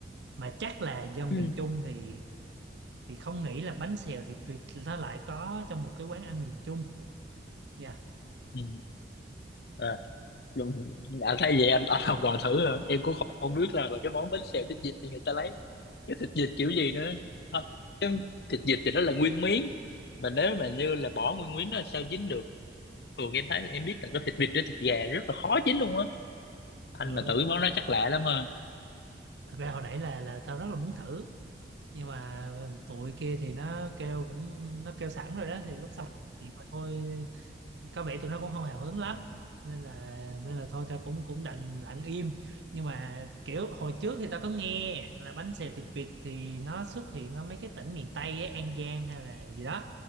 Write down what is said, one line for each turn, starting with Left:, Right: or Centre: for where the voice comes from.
Right: mà chắc là dân
Left: Ừ.
Right: miền Trung thì thì không nghĩ là bánh xèo thì tuyệt nó lại có trong một cái quán ăn miền Trung nha
Left: Ừ. à, luôn- à, thay vậy anh anh học gọi thử rồi em cũng không, không biết là, là cái món bánh xèo thịt vịt thì người ta lấy cái thịt vịt kiểu gì nữa Hả? cái thịt vịt thì nó là nguyên miếng mà nếu mà như là bỏ nguyên miếng nó sao dính được thường em thấy là em biết là cái thịt vịt với thịt gà rất là khó dính luôn á anh
Right: ừ
Left: mà tự món nó chắc lạ lắm ha
Right: thật ra hồi nãy là là tao rất là muốn thử nhưng mà ừ, tụi kia thì nó kêu cũng nó kêu sẵn rồi đó thì lúc xong nó phát hiện mà thôi có vẻ tụi nó cũng không hào hứng lắm nên là nên là thôi tao cũng cũng đành lặng im nhưng mà kiểu hồi trước thì tao có nghe là bánh xèo thịt vịt thì nó xuất hiện ở mấy cái tỉnh miền Tây ấy, An Giang hay là gì đó